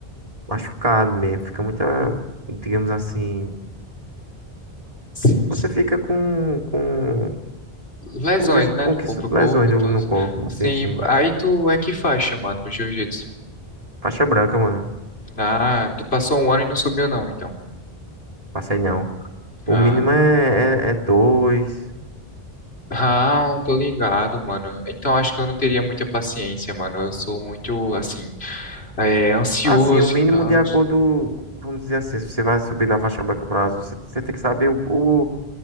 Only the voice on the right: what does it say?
machucado mesmo, fica muita digamos assim,
você
fica com, com,
com, que- com
que
lesões
do-
no corpo,
sim, sim.
Faixa branca, mano.
Passei não.
O mínimo é, é, é dois.
Assim, o mínimo
de acordo, vamos dizer assim, se você vai subir da faixa branca para azul, você, você tem que saber o, o,